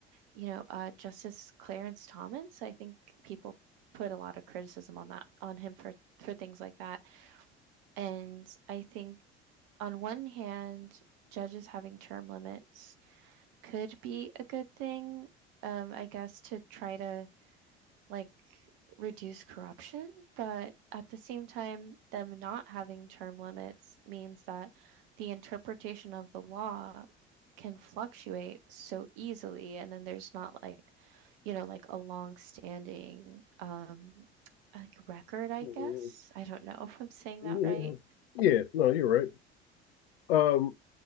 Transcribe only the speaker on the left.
Mhm.
Yeah,
yeah, no, you're right. Um,